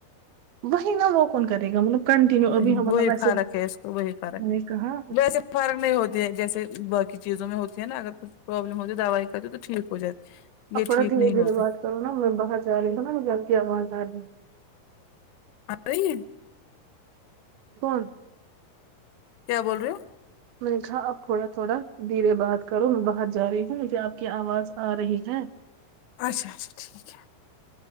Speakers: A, on the right; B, on the left.
A: وہی نا وہ کون کرے گا مطلب کنٹینیو
B: وہی
A: ابھی ہم مطلب
B: وہی
A: ویسے
B: فرق ہے اس کو وہی فرق
A: میں نے
B: ہے
A: کہا
B: ویسے فرق نہیں ہوتا جیسے باکی چیزوں میں ہوتی ہے نا اگر کچھ پروابلم ہوتی ہے دوائی کری تو ٹھیک ہو جاتی
A: اب
B: یہ
A: بڑا
B: ٹھیک
A: دھیرے
B: نہیں
A: دھیرے
B: ہوتا
A: بات کروں نا میں باہر جا رہی ہوں نا می آپ کی آواز آ رہی ہے
B: ایی
A: کون
B: کیا بول رہے ہو
A: میں نے کہا اب تھوڑا تھوڑا دھیرے بات کرو میں باہر جا رہی ہوں میں کو آپ کی آواز آ رہی ہے
B: اچھا اچھا ٹھیک ہے